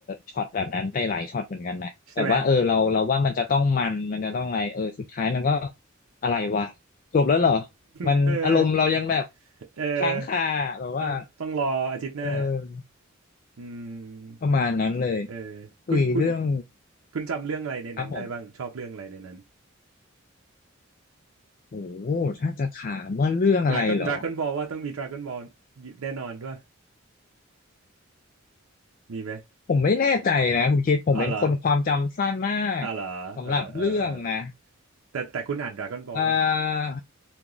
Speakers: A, on the left; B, on the right.
A: ช็อตแบบนั้นไปหลายช็อตเหมือนกันนะแบบว่าเออเราเราว่ามันจะต้องมันมันจะต้องอะไรเออสุดท้ายมันก็
B: ใช่ไหม
A: อะไรวะจบแล้วเหรอมันอารมณ์เรายังแบบ
B: <laughs> เออเออ
A: ค้างคาแบบว่า
B: ต้องต้องรออาทิตย์หน้า
A: เออ
B: อื
A: ประมาณนั้นเลย
B: มเออ
A: คุยเรื่อง
B: คุณคุณ คุณจำเรื่องอะไรในนั้นได้บ้างชอบเรื่องอะไรในนั้น
A: ครับผมโอ้โหถ้าจะถามว่าเรื่องอะไรเหรอ
B: ดราก้อนดราก้อนบอลว่าต้องมีดราก้อนบอลแน่นอนด้วยมีไหม
A: ผมไม่แน่ใจนะคุณคิดผมเป็นคนความจำสั้นมาก
B: อ๋อเหรออ๋อเหรอเออเออเออ
A: สำหรับเรื่องนะ
B: แต่แต่คุณอ่านดราก้อนบอลป่ะ
A: เอ่อ